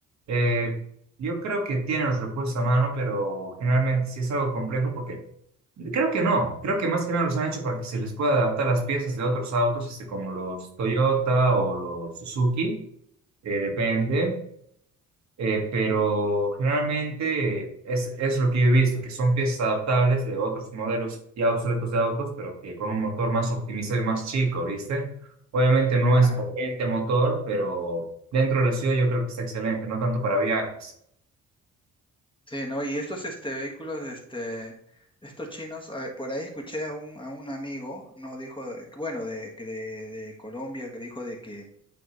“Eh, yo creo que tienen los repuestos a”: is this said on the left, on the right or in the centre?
Right